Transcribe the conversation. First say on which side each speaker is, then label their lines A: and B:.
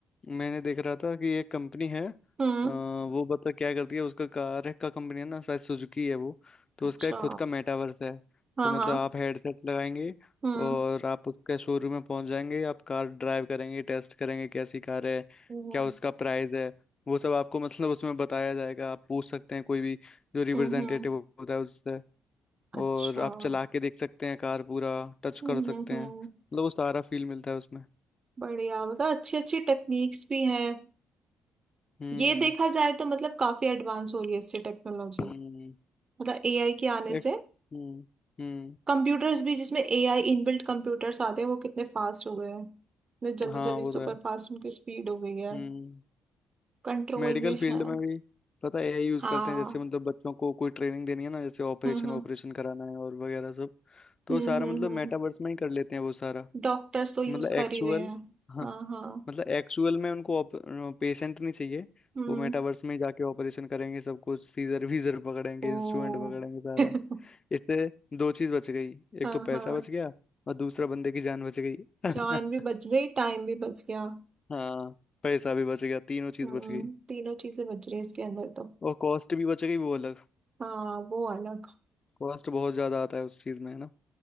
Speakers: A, on the left (about 30°); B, on the right (about 35°).
A: मैंने देख रहा था कि एक कंपनी है अ,
B: हम्म
A: वो बता क्या करती है उसका कार है का कंपनी है ना शायद सुजुकी है वो तो
B: अच्छा
A: उसका एक खुद का मेटावर्स है
B: हाँ
A: तो मतलब
B: हाँ
A: आप हेडसेट लगाएंगे
B: हम्म
A: और आप उसके शोरूम में पहुंच जाएंगे आप कार ड्राइव करेंगे टेस्ट करेंगे कैसी कार है
B: हम्म
A: क्या उसका प्राइस है वो सब आपको मतलब उसमें बताया जाएगा आप पूछ सकते हैं कोई भी जो रिप्रेजेंटेटिव
B: हम्म, हम्म,
A: होता है उससे
B: अच्छा
A: और आप
B: हम्म
A: चला के देख सकते हैं कार पूरा टच
B: हम्म
A: कर सकते
B: हम्म,
A: हैं मतलब वो सारा फील मिलता है उसमें
B: बढ़िया मतलब अच्छी अच्छी टेक्निक्स भी हैं
A: हम्म
B: ये देखा जाए तो मतलब काफी एडवांस हो रही है इससे टेक्नोलॉजी
A: हम्म
B: मतलब एआई के आने से
A: एक हम्म हम्म
B: कंप्यूटर्स भी जिसमें एआई इनबिल्ट कंप्यूटर्स आते हैं वो कितने फास्ट हो गए हैं इतने जल्दी
A: हाँ
B: जल्दी
A: वो
B: सुपर
A: तो है
B: फास्ट उनकी स्पीड हो गई है
A: हम्म
B: कंट्रोल
A: मेडिकल
B: में
A: फील्ड
B: है
A: में भी पता है एआई यूज
B: हाँ
A: करते हैं जैसे मतलब बच्चों को कोई ट्रेनिंग देनी है ना जैसे ऑपरेशन
B: हम्म
A: ऑपरेशन कराना है और वगैरह सब तो
B: हम्म
A: वो सारा
B: हम्म
A: मतलब
B: हम्म
A: मेटावर्स में ही कर लेते हैं वो सारा
B: डॉक्टर्स तो यूज
A: मतलब एक्चुअल
B: कर ही हुए हैं
A: हाँ
B: हाँ हाँ
A: मतलब एक्चुअल में उनको पेशेंट नहीं चाहिए
B: हम्म
A: वो मेटावर्स में ही जाके ऑपरेशन करेंगे सब कुछ सीजर वीजर पकड़ेंगे
B: ओ
A: इंस्ट्रूमेंट पकड़ेंगे सारा
B: <laughs> हाँ
A: इससे दो चीज बच गई एक
B: हाँ
A: तो पैसा बच गया और दूसरा बंदे की जान बच गई <laughs>
B: जान भी बच गई टाइम भी बच गया
A: हाँ पैसा भी बच गया तीनों चीज
B: हम्म
A: बच गई
B: तीनों चीजें बच रही है इसके अंदर तो
A: और कॉस्ट भी बच गई वो अलग
B: हाँ वो अलग
A: कॉस्ट बहुत ज्यादा आता है उस चीज में है ना